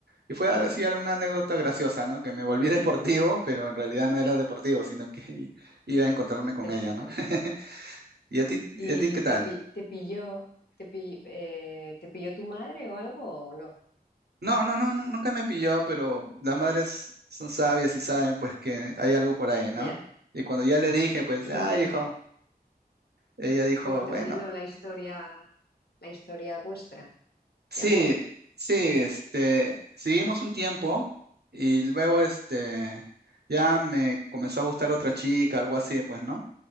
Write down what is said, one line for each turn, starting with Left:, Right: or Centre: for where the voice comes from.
Right: Y fue algo así una anécdota
Left: ujú.
Right: graciosa, ¿no? Que me volví <laughs> deportivo, pero en realidad no era deportivo, sino que <laughs> iba a encontrarme con
Left: <laughs>
Right: ella, ¿no? <laughs> ¿Y a ti,
Left: ¿Y
Right: a ti qué tal?
Left: te, pi- te pilló, te pi- eh, te pilló tu madre o algo o no?
Right: No, no, no, nu- nunca me pilló, pero las madres son sabias y saben pues que hay algo por ahí, ¿no?
Left: Ya.
Right: Y cuando ya le dije, pues,
Left: ¿Y
Right: ah, hijo, ella dijo,
Left: cómo terminó
Right: bueno.
Left: la historia, la historia vuestra
Right: Sí,
Left: de amor?
Right: sí, este, seguimos un tiempo y luego, este, ya me comenzó a gustar otra chica, algo así, pues, ¿no?